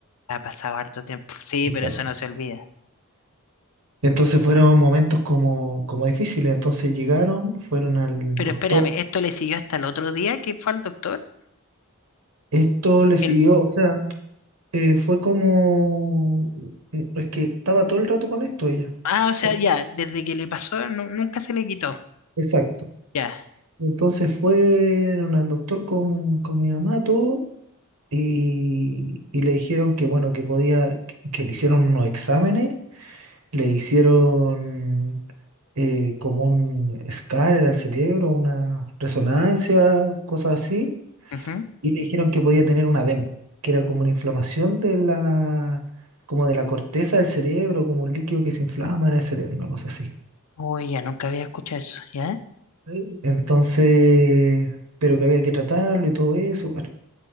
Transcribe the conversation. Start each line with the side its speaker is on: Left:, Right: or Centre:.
Left: ha pasado harto tiempo. Sí,
Right: Exacto.
Left: pero eso no se olvida.
Right: Entonces fueron momentos como, como difíciles. Entonces llegaron, fueron al
Left: Pero
Right: doctor.
Left: espérame, esto le siguió hasta el otro día que fue al doctor.
Right: Esto le
Left: El,
Right: siguió, o sea, eh, fue como... mm, Es que estaba todo el rato con esto ella.
Left: ah, o sea,
Right: O sea,
Left: ya, desde que le pasó, nu- nunca se le quitó.
Right: exacto.
Left: Ya.
Right: Entonces fueron al doctor con, con mi mamá, todo, y, y le dijeron que, bueno, que podía, que, que le hicieron unos exámenes le hicieron eh, como un escáner al cerebro, una resonancia, cosas así,
Left: Ujú.
Right: y le dijeron que podía tener un edema, que era como una inflamación de la, como de la corteza del cerebro, como un líquido que se inflama en el cerebro, una cosa así.
Left: Uy, ya nunca había escuchado eso, ¿ya?
Right: Sí. Entonces, pero que había que tratarlo y todo eso, bueno.